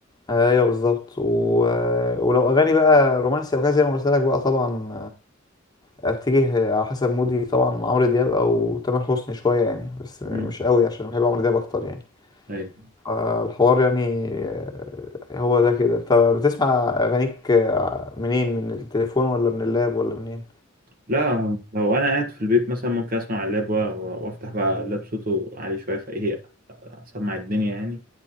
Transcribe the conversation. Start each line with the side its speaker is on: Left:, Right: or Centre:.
Left: ايوه بالظبط و... ولو اغاني بقى رومانسي او كده زي ما قلت لك بقى طبعا اتجه على حسب مودي طبعا عمرو دياب او تامر حسني شويه يعني بس مش
Right: امم
Left: قوي عشان بحب عمرو دياب اكتر يعني
Right: أيوه
Left: آه، الحوار يعني هو ده كده انت بتسمع اغانيك منين من التليفون ولا من اللاب ولا منين
Right: لا هو لو أنا قاعد في البيت مثلا ممكن أسمع اللاب و- و- وأفتح بقى اللاب صوته عالي شوية فإيه أسمع الدنيا يعني